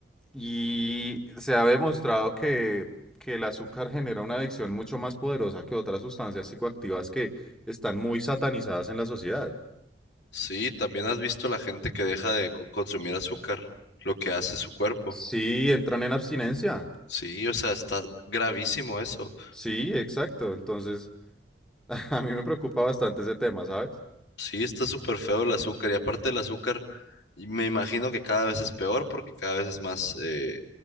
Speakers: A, in the centre; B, on the left (about 65°).
A: Y se ha demostrado que, que el azúcar genera una adicción mucho más poderosa que otras sustancias psicoactivas que están muy satanizadas en la sociedad.
B: Sí, también has visto la gente que deja de co- consumir azúcar, lo que hace su cuerpo.
A: Sí, entran en abstinencia.
B: Sí, o sea, está gravísimo eso.
A: Sí, exacto. Entonces, <laughs> a mí me preocupa bastante ese tema, ¿sabes?
B: Sí, está súper feo el azúcar y aparte el azúcar, y me imagino que cada vez es peor porque cada vez es más eh,